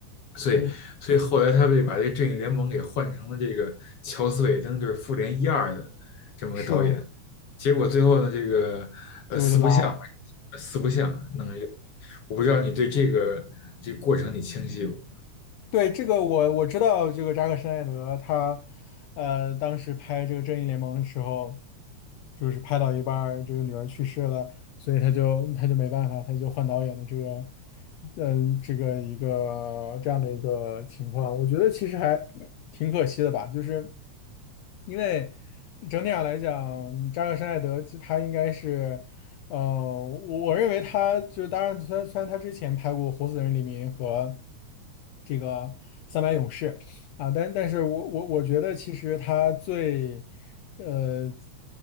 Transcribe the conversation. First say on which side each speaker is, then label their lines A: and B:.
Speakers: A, on the left (about 55°); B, on the left (about 75°).
A: 所以，
B: 嗯，
A: 所以后来他们就把这个正义联盟给换成了这个乔斯·韦登，就是复联一二的这么个导演。
B: 是的，
A: 结果最后呢，这个呃四不像嘛，
B: 结果就拉了。
A: 四不像弄了一个东西，我不知道你对这个这个过程你清晰不？
B: 对，这个我我知道，这个扎克施奈德他，呃，当时拍这个《正义联盟》的时候。就是拍到一半儿，这个女儿去世了，所以他就他就没办法，他就换导演的这个，嗯、这个一个这样的一个情况，我觉得其实还挺可惜的吧，就是因为整体上来讲，扎克施奈德其实他应该是，呃，我我认为他就当然，虽然虽然他之前拍过《活死人黎明》和这个《三百勇士》啊，但但是我我我觉得其实他最呃，